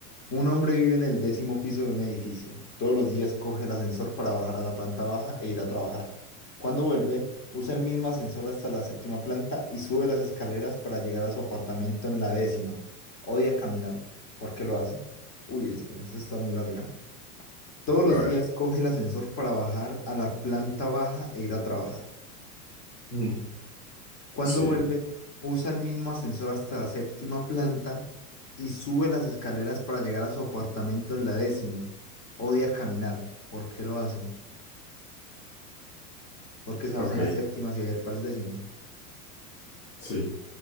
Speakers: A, on the left; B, on the left.
A: Un hombre vive en el décimo piso de un edificio. Todos los días coge el ascensor para bajar a la planta baja e ir a trabajar. Cuando vuelve, usa el mismo ascensor hasta la séptima planta y sube las escaleras para llegar a su apartamento en la décima. Odia caminar. ¿Por qué lo hace? Uy, espera, esta está muy larga. Todos los
B: A ver.
A: días coge el ascensor para bajar a la planta baja e ir a trabajar.
B: Ujú.
A: Cuando
B: Sí,
A: vuelve, usa el mismo ascensor hasta la séptima planta y sube las escaleras para llegar a su apartamento en la décima. Odia caminar. ¿Por qué lo hace? Porque se baja
B: ok,
A: en la séptima si ver para el décimo.
B: sí.